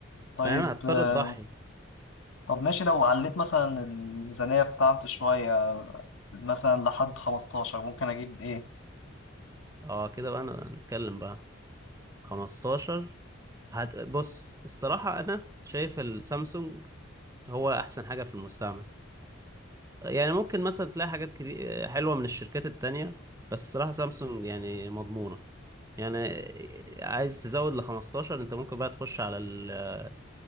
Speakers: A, on the left (about 75°); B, on the right (about 15°).
A: طيب
B: فاهم هتضطر
A: آه،
B: تضحي
A: طب ماشي لو عليت مثلا الميزانية بتاعته شوية آه، مثلا لحد 15 ممكن أجيب إيه
B: اه كده بقى أنا- نتكلم بقى 15 هت... بص الصراحة انا شايف السامسونج هو احسن حاجة في المستعمل يعني ممكن مثلا تلاقي حاجات كتير حلوة من الشركات التانية بس الصراحة سامسونج يعني مضمونة يعني عايز تزود ل 15 انت ممكن بقى تخش على الاس